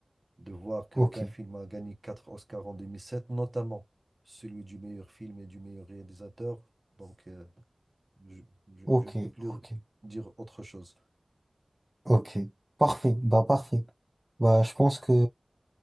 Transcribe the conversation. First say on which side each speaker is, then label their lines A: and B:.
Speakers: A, on the right; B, on the right.
A: de voir que,
B: Ok.
A: qu'un film a gagné 4 Oscars en 2007, notamment celui du meilleur film et du meilleur réalisateur. Donc euh, je, je-
B: Ok.
A: je ne peux plus
B: Ok.
A: dire autre chose.
B: Ok. Parfait. Bah, parfait. Bah, je pense que,